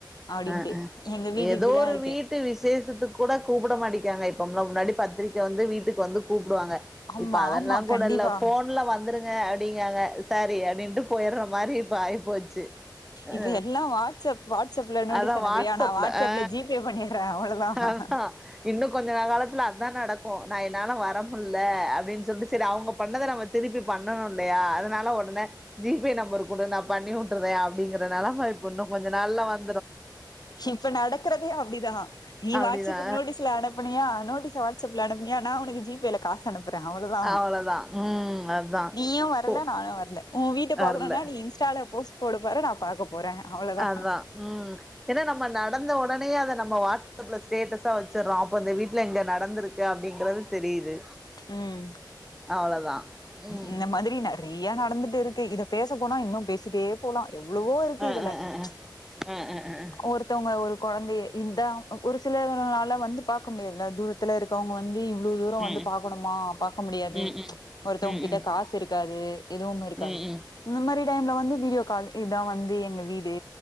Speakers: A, on the left; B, in the centre.
A: அப்டின்ட்டு
B: அ அ
A: எங்க வீடு
B: ஏதோ
A: இப்டிலா
B: ஒரு
A: இருக்கு
B: வீட்டு விசேஷத்து கூட கூப்ட மாட்டிங்காங்க உங்க முன்னாடி பத்ரிக்க வந்து வீட்டுக்கு வந்து ப்படுவாங்க
A: ஆமா
B: இப்ப அதெல்லா
A: ஆமா
B: கூட
A: கண்டிப்பா
B: இல்ல போன்ல வந்துருங்க அப்டிங்காங்க செரி அப்டின்ட்டு போய்ற மாரி இப்ப ஆயிபோச்சு அ
A: இப்ப எல்லா வாட்ஸ்அப் வாட்ஸ்அப்ல நோட்டீஸ்
B: அதா
A: அனுப்புறியா
B: வாட்ஸப்ல
A: நா வாட்ஸ்அப்ல
B: அ
A: ஜி பே பண்ணிடுறே அவ்ளோதா
B: ஆ இன்னு கொஞ்சோ நாள் காலத்துல அத்தா நடக்கு நா என்னால வரமுட்ல்ல அப்டின்னு சொல்ட்டு செரி அவ்ங்க பண்ணத நம்ம திருப்பி பண்ணணு இல்லயா அதனால ஒடனே ஜிபே நம்பர் குடு நா பண்ணி ட்டுறே அப்டிங்றனால ஆ இப்ப இன்னு கொஞ்ச நாள்ல வந்
A: இப்ப நடக்றதே அப்டிதா நீ
B: அப்டிதா
A: வாட்ஸப் நோட்டீஸ்ல அனுப்புனியா நோட்டிச வாட்ஸப்ல அனுப்னியா நா நா ஒனக்கு ஜிபேல காஸ் அனுப்புற அவ்வோதா
B: அவ்ளோதா ம் அதா
A: நீயு வரல
B: போ
A: நானு வரல ஓ வீட்ட
B: வர்ல
A: பாக்னுனா நீ இன்ஸ்டால போஸ்ட் போடபோற நா பாக்க போறே அவ்ளோதா
B: அதா ம் ஏன்னா நம்ம நடந்த ஒடனேயெ அத நம் நம்ம வாட்ஸப்ல ஸ்டேட்டஸா வச்றோ அப்ப இந்த வீட்ல எங்க நடந்ருக்கு அப்டிங்றது தெரியுது
A: ம்
B: அவ்ளோதா ம்
A: இந்த மாதிரி நெறையா நடந்திட்டு இருக்கு இத பேச போனா இன்னு பேசிட்டே போலா எவ்ளவோ இருக்கு
B: அ
A: இதுல
B: அ அ அ
A: ப்ச்
B: அ அ அ
A: ஒருத்தவங்க ஒரு கொழந்தைய இந்த ஒரு சிலரனால வந்து பாக்க முடியறதில்ல தூரத்துல இருக்கவங்க வந்து இ்வ்ளோ தூரோ
B: ம்
A: வந்து பாக்கணுமா பாக்க முடியாது
B: ம் ம்
A: ப்ச் ஒருத்தவங்ககிட்ட
B: ம் ம்
A: காசு இருக்காது எதுவுமே இருக்காது
B: ம் ம்
A: இந்த மாரி நைட் டைம்ல வந்து வீடியோ கால் இதான் வந்து எங்க வீடு